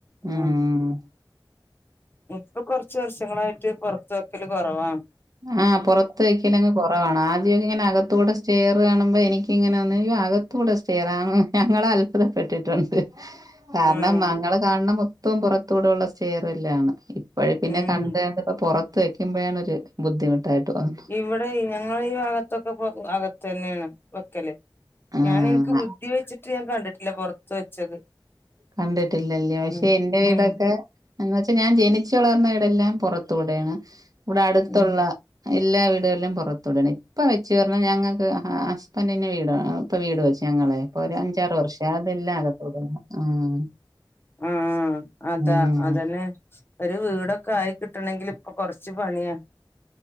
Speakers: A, on the left; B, on the right.
A: ആ
B: ഉം
A: ഇപ്പൊ കൊറച്ച് വർഷങ്ങളായിട്ട് പുറത്ത് വെക്കല് കുറവാ
B: ആഹ് പുറത്ത് വെക്കലങ്ങ് കൊ കൊറവാണ് ആദ്യവൊക്കെ ഇങ്ങനെ അകത്തൂടെ സ്റ്റയറ് കാണുമ്പൊ എനിക്കിങ്ങനെ ഒന്ന് അയ്യോ അക ത്തൂടെ സ്റ്റെയറോ ഞങ്ങള് അത്ഭുതപ്പെട്ടിട്ടുണ്ട് കാരണം
A: ആഹ്
B: ഞങ്ങൾ കാണണ മൊ ത്തം പുറത്തൂടെ ഉള്ള സ്റ്റേറല്ലാണ് ഇപ്പോഴ പിന്നെ
A: ഉം
B: കണ്ട കണ്ടപ്പോ പൊറത്ത് വെക്കുമ്പോഴാണ് ഒരു ബുദ്ധിമുട്ടായിട്ട് തോന്നും
A: ഇവിടെ ഈ ഞങ്ങളെ ഈ ഭാഗത്തൊക്കെ ഇപ്പോ അകത്ത് തന്നെയാണ് വെക്കല്
B: ആഹ്
A: ഞാന് എനിക്ക് ബുദ്ധി വെച്ചിട്ട് ഞാൻ കണ്ടിട്ടില്ല പൊറത്ത് വെച്ചത്
B: കണ്ടിട്ടില്ല അല്ലയോ പക്ഷെ
A: ഉം
B: എന്റെ വീടൊക്കെ
A: ഉം
B: എന്ന് വെച്ചാ ഞാൻ ജനിച്ച് വളർന്ന വീടെല്ലാം പുറത്തൂടെയാണ് ഇവിടെ അടുത്തുള്ള
A: ഉം
B: എല്ലാ വീടുകളിലും പുറത്തൂടെയാണ് ഇപ്പൊ വെച്ച് പറഞ്ഞാ ഞങ്ങൾക്ക് ആഹ് <unintelligible> വീട് ഇപ്പൊ വീട് വെച്ച് ഞങ്ങളെ ഇപ്പൊ ഒരു അഞ്ചാറ് വർഷം അതെല്ലാം അകത്തൂടെയാണ് ആഹ്
A: ആഹ് അതാ
B: ഉം
A: അതെ പിന്നെ ഒരു വീടൊക്കെ ആയി കിട്ടണേങ്കില് ഇപ്പൊ കൊറച്ച് പണിയാ